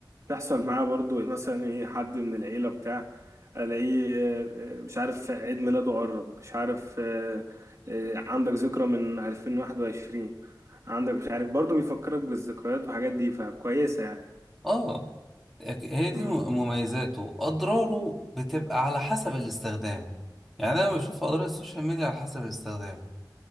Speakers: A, on the right; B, in the centre.
A: تحصل معاه برضو مثلا ايه حد من العيلة بتاع الاقيه آه، آه، مش عارف عيد ميلاده قرب مش عارف آه، آه، عندك ذكرى من 2021 عندك مش عارف برضو بيفكرك بالذكريات والحاجات دي فكويسة يعني
B: اه هي دي
A: مم.
B: م- مميزاته أضراره بتبقى على حسب الاستخدام يعني أنا بشوف أضرار السوشيال ميديا على حسب الاستخدام